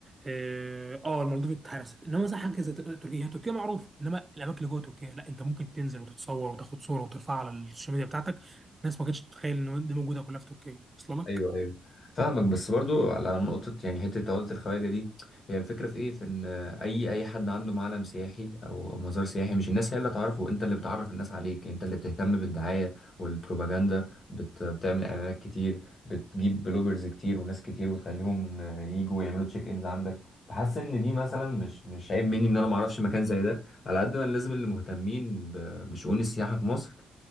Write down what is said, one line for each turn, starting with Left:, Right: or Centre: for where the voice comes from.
Right: اه آه، المالديف اتهرست انما مثلا حاجه زي تركيا هي تركيا معروف انما الاماكن اللي جوه تركيا لا انت ممكن تنزل وتتصور وتاخد صوره وترفعها على السوشيال ميديا بتاعتك الناس ما كانتش تتخيل ان دي موجوده كلها في تركيا اصلا لك
Left: ايوه ايوه فاهمك بس برضو على نقطة يعني حتة عقدة الخواجة دي هي الفكرة في ايه في ان اي اي حد عنده معلم سياحي او أو مزار سياحي مش الناس هي اللي تعرفه انت اللي بتعرف الناس عليك انت اللي بتهتم بالدعاية والبروباجندا بت... بتعمل اعلانات كتير بتجيب بلوجرز كتير وناس كتير وتخليهم آه، يجوا يعملوا تشيك انز عندك بحس ان دي مثلا مش مش عيب مني ان انا ما اعرفش مكان زي ده على قد ما لازم اللي مهتمين ب... بشؤون السياحة في مصر